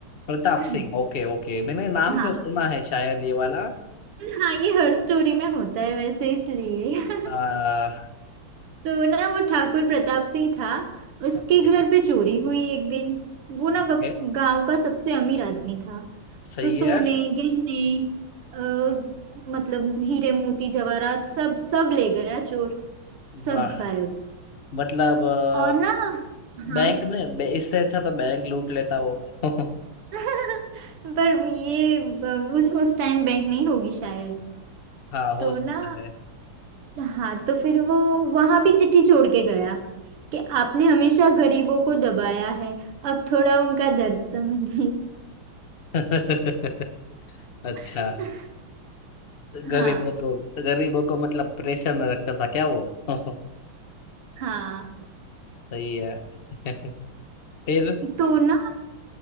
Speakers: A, on the left; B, on the right.
A: Pratap
B: <clears throat>
A: Singh Okay okay मैंने नाम
B: हाँ
A: तो सुना है शायद ये वाला
B: हाँ ये हर स्टोरी में होता है वैसे इसलिए <laughs>
A: हाँ
B: तो ना वो ठाकुर प्रताप सिंह था उसके
A: ओके
B: घर पे चोरी हुई एक दिन वो ना
A: ओके
B: ग- गांव का सबसे अमीर आदमी था
A: सही
B: तो सोने
A: है
B: गहने अ, मतलब हीरे मोती जवाहरात सब सब ले गया चोर सब
A: वाह
B: गायब
A: मतलब अ,
B: और ना हाँ
A: बैंक ने बे- इससे अच्छा तो बैंक लूट लेता वो <laughs>
B: <laughs> पर ये ब- उस, उस टाइम बैंक नहीं होगी शायद
A: हाँ हो
B: तो
A: सकता
B: ना
A: है
B: हाँ तो फिर वो वहां भी चिट्ठी छोड़ के गया कि आपने हमेशा गरीबों को दबाया है अब थोड़ा उनका दर्द समझिए
A: <laughs> अच्छा
B: <laughs>
A: गरीबों
B: हाँ
A: को गरीबों को मतलब प्रेशर में रखता था क्या वो <laughs>
B: हाँ
A: सही है <laughs> फिर
B: तो ना